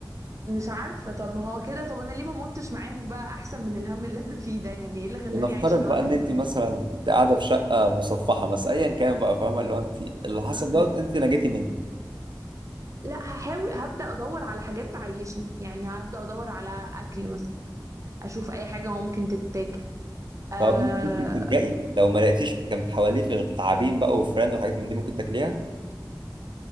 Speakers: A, on the right; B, on the right.
A: مش عارفة طب ما هو كده طب انا ليه ما متش معاهم بقى احسن من الهم اللي انا فيه ده يعني ايه اللي خلاني
B: ونفترض
A: اعيش لوحدي
B: بقى ان انت
A: كده
B: مثلا كنت قاعده في شقه مصفحه مثلا ايا كان بقى فاهمه اللي هو انت اللي
A: <laughs>
B: حصل دوت انت نجيتي منه
A: لا هحاول هبدأ ادور على حاجات تعيشني يعني هبدأ ادور على اكل مثلا اشوف اي حاجة ممكن تتاكل أه
B: طب ممكن تلجئي لو ما لقيتيش جنب حواليك غير تعابين بقى وفران وحاجات من دي ممكن تاكليها